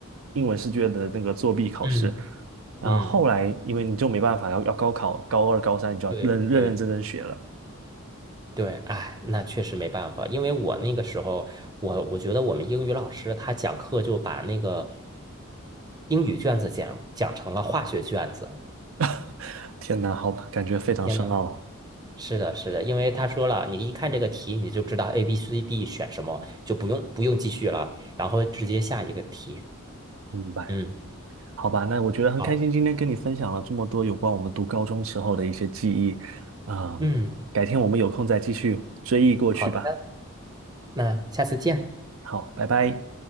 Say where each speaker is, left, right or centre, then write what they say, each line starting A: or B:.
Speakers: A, on the right; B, on the right.
A: 英文试卷的那个作弊考试，
B: 嗯
A: 然后后来因为你就没办法要要高考，
B: 嗯。
A: 高二高三你就要认认认真真学了，
B: 对对对，哎，那确实没办法，因为我那个时候，我我觉得我们英语老师他讲课就把那个英语卷子讲讲成了化学卷子。
A: <laughs> 天哪，好吧，感觉非常深奥，
B: 天呐，是的，是的，因为他说了，你一看这个题你就知道 A、B、C、D 选什么，就不用不用继续了，然后直接下一个题。
A: 明白。
B: 嗯，
A: 好吧，那我觉得很开心，
B: 好，
A: 今天跟你分享了这么多有关我们读高中时候的一些记忆，嗯，
B: 嗯，
A: 改天我们有空再继续追忆过去吧。
B: 好的，那下次见。
A: 好，拜拜。